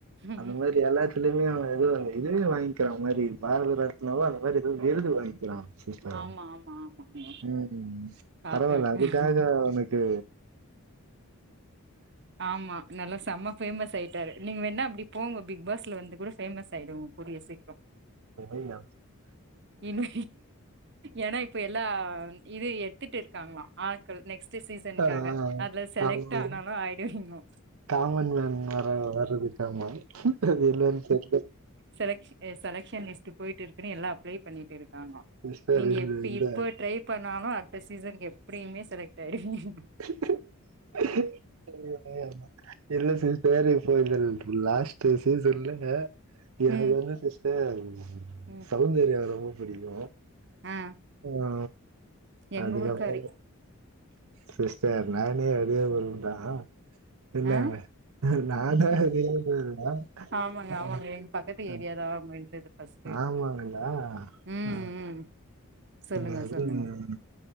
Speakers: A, on the right; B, on the right.
A: ம்
B: அந்த மாரி எல்லாத் இதுலவே அவன் விருது வாங்க்கிற மாரி பாரத ரத்னாவா அந்த மாரி விருது வாங்கி கிறான் சிஸ்டர்
A: ஆமா ஆமா ஆமாங்க
B: ம் ம்
A: பாத்துருக்கேன்
B: பரவால்ல அதுக்காக உனக்கு
A: ஆமா நல்ல செம்மா ஃபேமஸ் ஆய்ட்டாரு நீங்க வேண்ணா அப்டி போங்கோ பிக் பாஸ்ல வந்து கூட ஃபேமஸ் ஆய்டுவோ கூடிய சீக்றோ
B: ஐயோ
A: இன்னு ஏனா இப்ப எல்லா இது எடுத்துட்டு இர்க்காங்களா ஆல் நெக்ஸ்ட்டு சீசன்க்காக
B: ஆ
A: அதுல செலக்ட்
B: ஆமா
A: ஆனாலு ஆய்டுவிங்கோ
B: காமன் மேன் வர வர்றதுக்கா மா அது இல்லன் தெர்து
A: செலக்ஷ் செலக்ஷன்லிஸ்ட்டு போய்ட்டு இருக்குன்னு எல்லா அப்ளே பண்ணிட்டு இருக்காங்கோ
B: சிஸ்டர்
A: நீங்க
B: இந்த
A: எப்டி
B: இந்த
A: இப்ப ட்ரை பண்ணாலு அடுத்த சீசனுக்கு எப்புடியுமே செலக்ட் ஆய்டுவிங்க
B: <unintelligible> எல்லா இல்ல சிஸ்ட் சேரி இப்போ இத லாஸ்ட்டு சீசன்ல எனக்கு
A: ம்
B: வந்து சிஸ்டர்
A: ம்
B: சௌந்தர்யா ரொம்ப புடிக்கும்
A: ஆ
B: ஆ
A: எங்க
B: அதுக்கப்ப
A: ஊருக்காரு
B: சிஸ்டர் நானே வெளிய வந்தா இல்ல
A: ஆ
B: நானா வெளியூர் போய்ர்ந்தா
A: ஆமாங்க
B: ஆ
A: ஆமாங்க எங்க பக்கத்து
B: ஆ
A: ஏரியாதா இருந்தது ஃபர்ஸ்ட்டு
B: ஆமாங்ளா
A: ம்
B: ஆ
A: ம் சொல்லுங்க
B: <unintelligible>
A: சொல்லுங்க
B: ம்